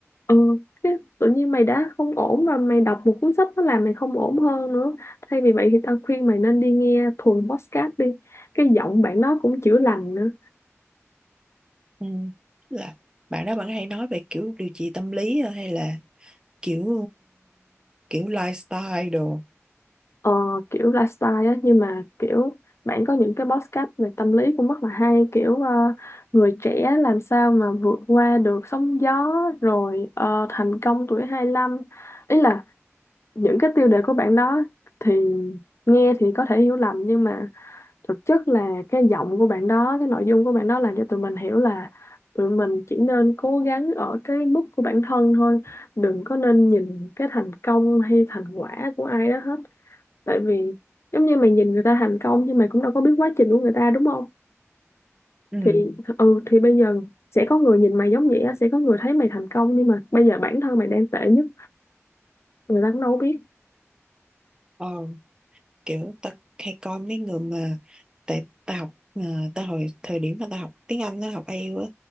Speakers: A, on the left; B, on the right.
A: ừ cái tự nhiên mày đã không ổn rồi mày đọc một cuốn sách nó làm mày không ổn hơn nữa thay vì vậy thì tao khuyên mày nên đi nghe thuần podcast đi cái giọng bạn đó cũng chữa lành nữa
B: ừ là bạn đó bạn hay nói về kiểu điều trị tâm lý hay là kiểu kiểu lifestyle đồ
A: ờ, kiểu lifestyle á nhưng mà kiểu bạn có những cái podcast về tâm lý cũng rất là hay kiểu ờ, người trẻ làm sao mà vượt qua được sóng gió rồi ờ, thành công tuổi hai lăm ý là những cái tiêu đề của bạn đó thì nghe thì có thể hiểu lầm nhưng mà thực chất là cái giọng của bạn đó cái nội dung của bạn đó làm cho tụi mình hiểu là tụi mình chỉ nên cố gắng ở cái mức của bản thân thôi đừng có nên nhìn cái thành công hay thành quả của ai đó hết tại vì giống như mày nhìn người ta thành công nhưng mày cũng đâu có biết quá trình của người ta đúng không
B: ừ
A: thì ừ thì bây giờ sẽ có người nhìn mày giống vậy á sẽ có người thấy mày thành công nhưng mà bây giờ bản thân mày đang tệ nhất người ta cũng đâu có biết
B: ờ kiểu tao hay coi mấy người mà tại tao học à, ta hồi thời điểm mà tao học tiếng Anh tao học IELTS á